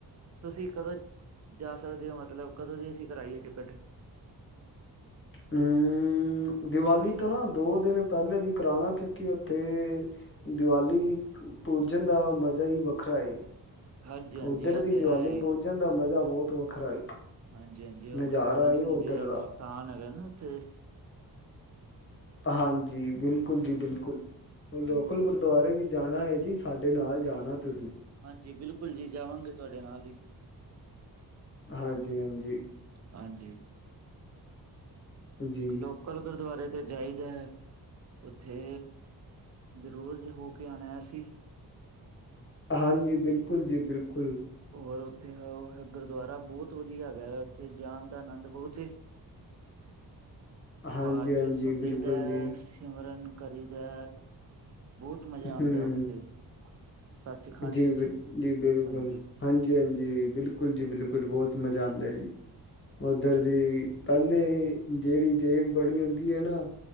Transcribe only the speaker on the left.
ਹੂੰ ਦੀਵਾਲੀ ਤੋਂ ਨਾ ਦੋ ਦਿਨ ਪਹਿਲੇ ਦੀ ਕਰਾਲਾਂਗੇ ਕਿਉਂਕਿ ਉੱਥੇ ਦੀਵਾਲੀ ਪੂਜਣ ਦਾ ਮਜ਼ਾ ਈ ਵੱਖਰਾ ਏ।
ਉੱਧਰ
ਦੀ
ਦੀਵਾਲੀ
ਪੂਜਣ ਦਾ ਮਜ਼ਾ ਬਹੁਤ ਵੱਖਰਾ ਏ।
ਨਜ਼ਾਰਾ
ਏ
ਉੱਧਰ
ਹਾਂਜੀ ਬਿਲਕੁਲ ਜੀ ਬਿਲਕੁਲ,
ਲੋਕਲ
ਗੁਰਦੁਆਰੇ ਵੀ ਜਾਣਾ ਹੈ ਜੀ ਸਾਡੇ ਨਾਲ ਜਾਣਾ ਤੁਸੀਂ।
ਹਾਂਜੀ-ਹਾਂਜੀ।
ਜੀ,
ਹਾਂਜੀ ਬਿਲਕੁਲ ਜੀ ਬਿਲਕੁਲ।
ਹਾਂਜੀ-ਹਾਂਜੀ,
ਬਿਲਕੁਲ
ਜੀ,
ਹੂੰ।
ਜੀ
ਬਿਲਕੁਲ,
ਹਾਂਜੀ-ਹਾਂਜੀ ਬਿਲਕੁਲ ਜੀ ਬਿਲਕੁਲ ਬਹੁਤ ਮਜ਼ਾ ਆਂਦਾ ਜੀ। ਉੱਧਰ ਜੀ ਪਹਿਲੇ ਜਿਹੜੀ ਦੇਗ ਬਣੀ ਹੁੰਦੀ ਏ ਆ ਨਾ